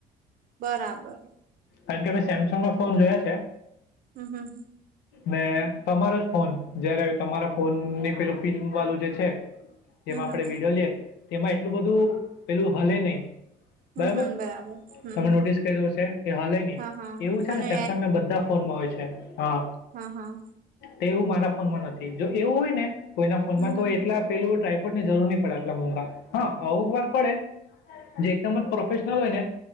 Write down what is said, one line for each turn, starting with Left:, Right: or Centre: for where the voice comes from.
Right: બરાબર
Left: કારણ કે મે સેમસંગ નો ફોન જોયા છે
Right: હમ્મ-હમ્મ.
Left: ને તમારો જ ફોન જારે તમારા ફોન ની પેલું ફિલ્મ વાળું જે છે જેમાં
Right: હમ
Left: આપણેે
Right: હમ
Left: વિડીયો લઈએ, તેમાં એટલું બધું પેલું હલે નહી.
Right: હમ
Left: બરાબર
Right: હમ હમ
Left: તમે
Right: હમ
Left: નોટિસ કર્યું હશે એ હાલે નહીં
Right: હા હા
Left: એવું છે
Right: અને
Left: ને સેમસંગ ના બધા ફોનમાં હોય છે છે હા
Right: હા-હા.
Left: તે એવું મારા ફોનમાં નથી જો એવું હોય ને કોઈના ફોનમાં
Right: હમ હમ
Left: તો એટલા પેલું ટાઈપ જરૂર નહી પડે આટલા મોંગા હા અમુક વાર પડે જે એકદમ જ પ્રોફેશનલ હોય ને